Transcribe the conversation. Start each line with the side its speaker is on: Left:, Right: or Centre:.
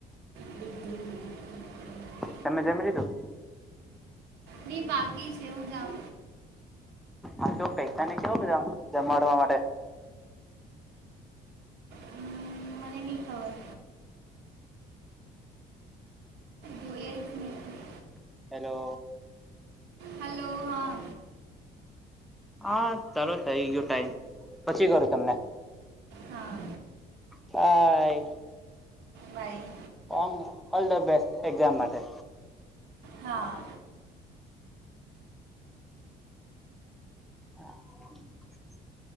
Right: હમ્મ.
Centre: તમે જમી લીધું?
Right: નહી બાકી છે, હું જમ
Centre: હા તો પૈસા ને કેવ જમાડવા માટે?
Right: હમ, મને નહીં ખબર જોઈએ જ નથી
Centre: હલો,
Right: હલો હા
Centre: હા ચાલો થઇ ગું ટાઈમ, પછી કરું તમને
Right: હા
Centre: બાઈ
Right: બાઈ.
Centre: ઓ ઓલ ધ બેસ્ટ, એક્ઝામ માટે
Right: હા.
Centre: હા.